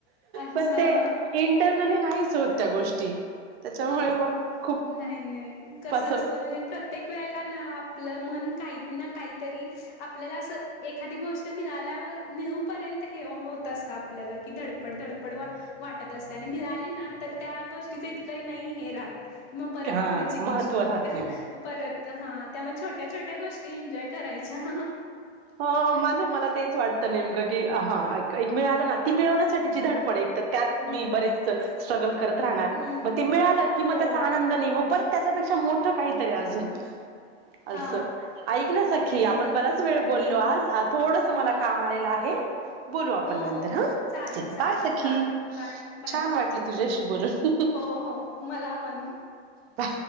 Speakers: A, on the left (about 45°); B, on the right (about 60°).
A: अच्छा
B: पण इंटर नाहीच होत त्या गोष्टी त्याच्यामुळे मग. खूप
A: नाही नाही कस
B: असं
A: असत म्हणजे प्रत्येक वेला ना आपलं. काही काहीतरी आपल्याला अस एखादी गोष्ट मिळाल्यावर मिळेपर्यंत हे. फोन होत अस का आपल्याला की धड पड धडपड वाटत असते आणि मिळाली ना तर त्या गोष्टीच इतकही नाही हे राहत. मग परत
B: हा
A: पुढची
B: महत्त्व
A: गोष्ट
B: राहत नाही
A: परत हा त्यामुळे छोट्या छोट्या गोष्टी एन्जॉय करायच्या हह
B: ह माझ मला तेच वाटतं नेमकं की हा मिळालं ना ती मिळवण्यासाठीची धड पड ये त्यात
A: हम्म
B: म बेच सलत राहणार
A: हम्म
B: मग ते मिळा की म
A: हो
B: त्या आन त्यापेक्षा मोठ काहीतरी अजून
A: हा हा
B: अस ऐक ना सखी
A: तेच
B: आपण बराच वेळ बोललो
A: हा
B: आज थोडस
A: हो
B: मला
A: ना
B: काम आलेलं आहे. बोलू आपण
A: हो
B: नंतर
A: हो
B: हा
A: हो चालेल
B: चल
A: चालेल
B: पाय सखी
A: चालेल बाय बाय
B: छान वाटलं तुझ्याशी बोलून
A: हो हो मला पण.
B: बा